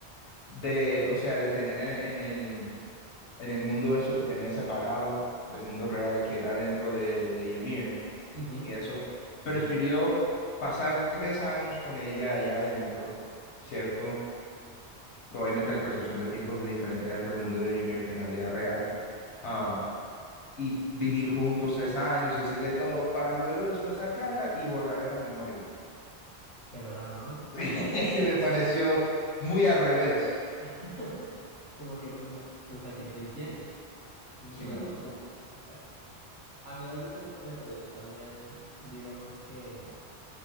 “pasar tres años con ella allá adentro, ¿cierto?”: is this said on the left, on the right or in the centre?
Left